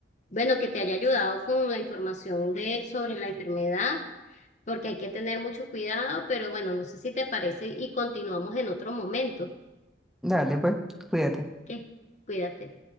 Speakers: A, on the left; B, in the centre.
A: bueno, que te haya ayudado con la información de, sobre la enfermedad porque hay que tener mucho cuidado, pero bueno, no sé si te parece y continuamos en otro momento.
B: Dale, pues, cuídate.
A: ¿Qué? Cuídate.